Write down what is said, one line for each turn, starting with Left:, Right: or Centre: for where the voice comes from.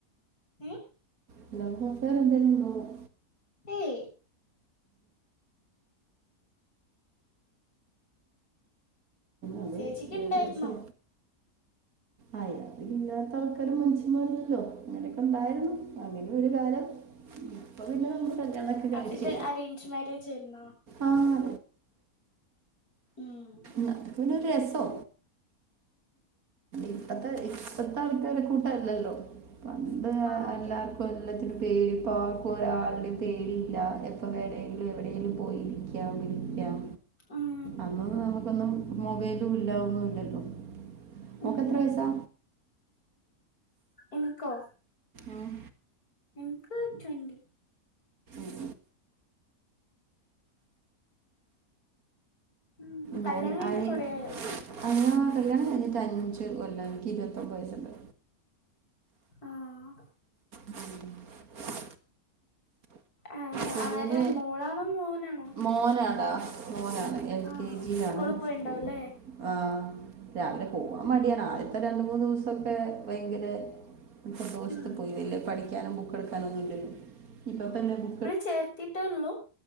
Left: ഏഹ്
Right: എല്ലാവർക്കൊക്കെ എന്തേലും ഉണ്ടാവും.
Left: ഏയ്
Right: അത്
Left: ചേച്ചിക്ക് ഇണ്ടായിരുന്നോ
Right: ഏകദേശം അയാള് ഇല്ലാത്ത ആൾക്കാര് മനുഷന്മാരല്ലല്ലോ. അങ്ങനെയൊക്കെ ഉണ്ടായ അങ്ങനൊരു കാലം. ഇപ്പൊ പിന്നെ
Left: ഉം
Right: നമ്മള് കല്യാണമൊക്കെ
Left: അപ്പൊ
Right: കഴിച്ചേ
Left: ഇത് അറേഞ്ച് മാരേജ് ആയിരുന്നോ
Right: ആഹ്
Left: ഉം
Right: ഞങ്ങൾക്ക് പിന്നെ ഒരു രസോ. ഇപ്പത്തെ ഇപ്പത്തെ ആൾക്കാരെക്കൂട്ടല്ലല്ലോ. പണ്ട്
Left: ആഹ് അതെ
Right: അല്ലാ കൊല്ലത്തിന് പേടി. ഇപ്പ ആർക്കും ഒരാളുടെയും പേടി ഇല്ല. എപ്പ വേണെങ്കിലും എവിടേലും പോയി ക്കാം വിളിക്കാം.
Left: ഉം
Right: അന്നൊന്നും നമുക്കൊന്നും മൊബൈലും ഇല്ല. ഒന്നും ഇല്ലല്ലോ. മോൾക്ക്
Left: ഉം
Right: എത്ര വയസ്സാ?
Left: എനിക്കോ?
Right: ആഹ്
Left: എനിക്ക് ട്വൻ്റി.
Right: ഉം.
Left: ഉം
Right: ഞാന്
Left: കല്യാണം കഴിഞ്ഞിട്ട്
Right: ആന്
Left: കൊറേ ആയോ
Right: അല്ല കല്യാണംകഴിഞ്ഞിട്ട് അഞ്ച് കൊല്ലായി. എനിക്ക് ഇരുപത്തൊൻമ്പത് വയസ്സുണ്ട്.
Left: ആഹ്
Right: ഉം
Left: ആഹ്
Right: കുഞ്ഞിന്
Left: ആരാ മോളാണോ മോനാണോ?
Right: മോനാടാ മോനാണ്. എൽ
Left: ആഹ്
Right: കെ ജിയിലാണ്.
Left: സ്കൂളിൽ പോയിണ്ടാവുംല്ലേ
Right: സ്കൂൾ ആഹ് രാവിലെ പോവാൻ മടിയാണ്. ആദ്യത്തെ രണ്ടു മൂന്നു ദിവസൊക്കെ ഭയങ്കര സന്തോഷത്തിപോയി.
Left: ഉം
Right: വല്യപഠിക്കാനോ ബുക്ക് എടുക്കാനോ ഒന്നും ഇല്ലല്ലോ. ഇപ്പപ്പെ അല്ലെ ബു
Left: ചേർത്തീട്ടുള്ളൂ.